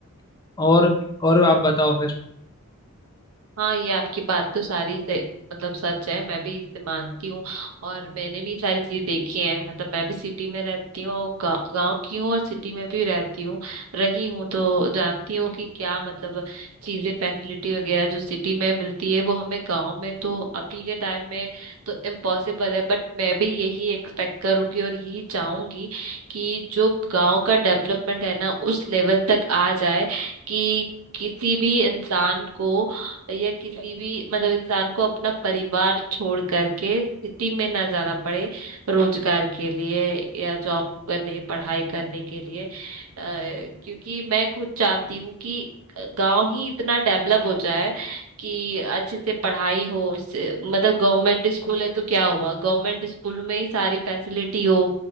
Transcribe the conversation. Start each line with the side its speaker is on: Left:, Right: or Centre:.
Left: और और आप बताओ फिर
Right: हाँ ये आपकी बात तो सारी से, मतलब सच है मैं भी इसे मानती हूँ और मैंने भी ये सारी चीजें देखी हैं मतलब मैं भी सिटी में रहती हूँ और गा, गाँव की हूँ और सिटी में भी रहती हूँ रही हूँ तो जानती हूँ कि क्या मतलब चीजें फैसिलिटी वगैरह जो सिटी में मिलती है वो हमें गाँव में तो अभी के टाइम में तो इम्पॉसिबल है बट मैं भी यही एक्सपेक्ट करूंगी और यही चाहूंगी कि जो गाँव का डेवलपमेंट है ना उस लेवल तक आ जाए कि किसी भी इंसान को या किसी भी मतलब इंसान को अपना परिवार छोड़ करके सिटी में ना जाना पड़े रोजगार के लिए या जॉब करने पढ़ाई करने के लिए अ, क्योंकि मैं खुद चाहती हूँ कि गांव ही इतना डेवलप हो जाए कि अच्छे से पढ़ाई हो से- मतलब गवर्नमेंट स्कूल है तो क्या हुआ गवर्नमेंट स्कूल में ही सारी फैसिलिटी हो